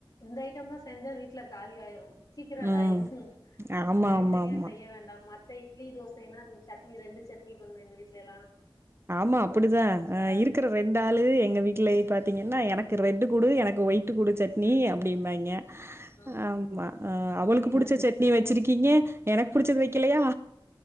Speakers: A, on the left; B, on the right.
A: இந்த ஐட்டம்லாம் செஞ்சா வீட்ல காலி ஆயிரும் சீக்கிரம்
B: ம்
A: இதாயிரும்
B: ஆமா
A: தனித்தனியா
B: ஆமா ஆமா
A: செய்ய வேண்டாம் ம இட்லி தோசைன்னா சட்னி ரெண்டு சட்னிபண்ணுவேன் எங்க வீட்ல எல்லாம்
B: ஆமா அப்படிதான் அஹ் இருக்கிற ரெண்டு ஆளு எங்க வீட்டு்லயே பார்த் தீங்கன்னா எனக்கு ரெட்டு குடு எனக்கு ஒயிட் குடு சட்னி அப்படிம்பாங்க
A: ஆ
B: ஆமா
A: அப்படித்தான்
B: அவுளுக்கு புடிச்ச சட்னி வச்சிருக்கீங்க எனக்கு புடிச்சது வைக்கலையா